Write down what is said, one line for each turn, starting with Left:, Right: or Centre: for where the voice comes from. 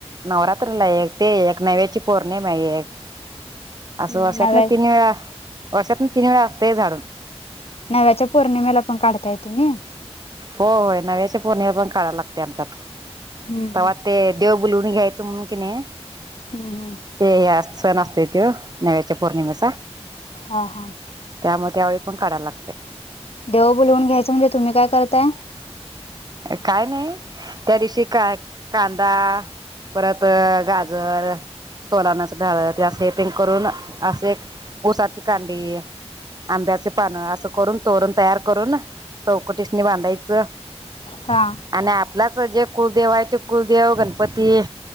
Right: नवरात्रीला एक ते एक नव्याची पौर्णिमा एक.
Left: हम्म,
Right: असं वर्षातन
Left: नव्या
Right: तीन वेळा, वर्षातन तीन वेळा, असतय झाडून.
Left: नव्याच्या पौर्णिमेला पण काढताय तुम्ही.
Right: हो होय नव्याचे पौर्णिमेला पण काढयला लागते आमच्यात.
Left: हम्.
Right: तेव्हा ते देव बुलवून घ्यायचं म्हणून कणी.
Left: हम्म हम.
Right: ते या सण असते तो नव्याच्या पौर्णिमेचा.
Left: हा, हा.
Right: त्यामुळे त्यावेळी पण काढायला लागते.
Left: देव बुलवून घ्यायचं म्हणजे तूम्ही काय करताय.
Right: काय नाही त्या दिवशी काय कांदा परत गाजर. तर सोलानाच ढाळ अस ते करून अस हे करून. उसाची कांडी आंब्याचे पानं असं. करून तोरण तयार करून चौकटीसनी बांधायचं.
Left: हा.
Right: आणि आपलाच जे कुलदेव आहे ते कुलदेव गणपती.